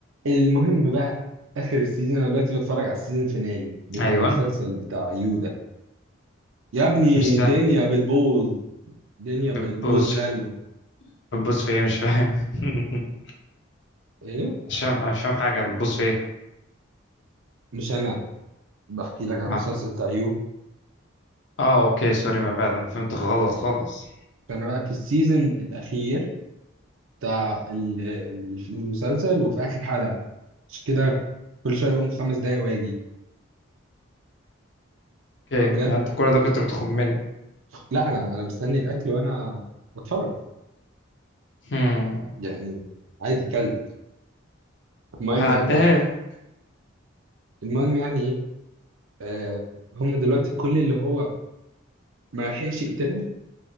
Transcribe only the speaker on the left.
ايوه
مش سهل
بتبص
في- بتبص في ايه مش فاهم <laughs>
مش فاهم مش فاهم حاجه بتبص في ايه
اه
اه اوكي سوري ما بعد انا فهمت غلط خالص
اوكي
يعني انت كل ده كنت بتخم مني
هم.
هعديها
لك.